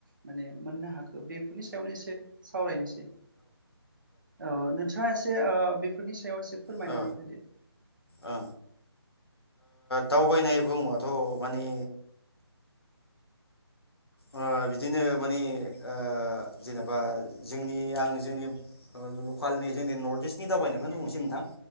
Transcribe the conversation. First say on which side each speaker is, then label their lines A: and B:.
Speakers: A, on the right (about 50°); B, on the left (about 65°).
A: माने मोननो हाखो बेफोरनि सा नो एसे सावरायनोसै औ नोंथाङा एसे ओ बेफोरनि सायाव एसे फोरमायनानै
B: औ
A: होदो
B: ओ दावबायनाय बुङोबाथ माने ओ बिदिनो माने ओ जेनेबा जोंनि आं जोंनि लकालनि जोंनि नर्थ इस्टनि दावबायनायखौनो बुंनोसै नोंथां